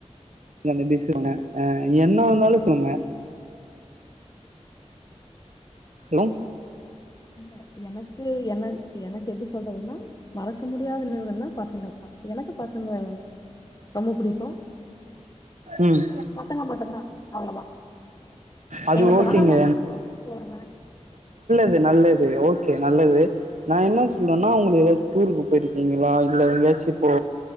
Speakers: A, on the right; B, on the left.
A: நன்ன பேசிகோங்க ஆ என்ன வந்தாலு சொல்ங்க லோ
B: இல்ல எனக்கு என எனக்கு எப்டி சொல்றதுன்னா மறக்க முடியாத நினைவுகள்னா பசங்க தா எனக்கு பசங் அங்க ரொம்ப புடிக்கூ
A: ம்
B: பசங்க மட்டுந்தா அவ்ளோதா
A: அது
B: எங்க
A: ஓகேங்க
B: போனாலூ அவங்கள கூட்டு போவே கூட்டு வருவே
A: து நல்லது ஓகே நல்லது நா என்ன சொல்றேனா உங்களுக்கு டூருக்கு போயிருக்கீங்களா இல்ல எங்காச்சு இப்போ